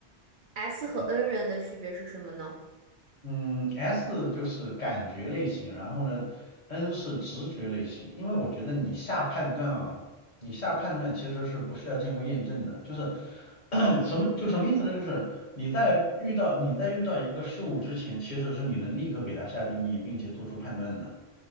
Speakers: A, on the right; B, on the left.
A: S 和
B: 嗯
A: N 人的区别是什么呢？
B: 嗯，S 就是感觉类型，然后呢，N 是直觉类型。因为我觉得你下判断啊，你下判断其实是不需要经过验证的，就是 <coughs> <clears throat> 什么就什么意思呢？就是你在遇到你在遇到一个事物之前，其实是你能立刻给它下定义，并且做出判断的。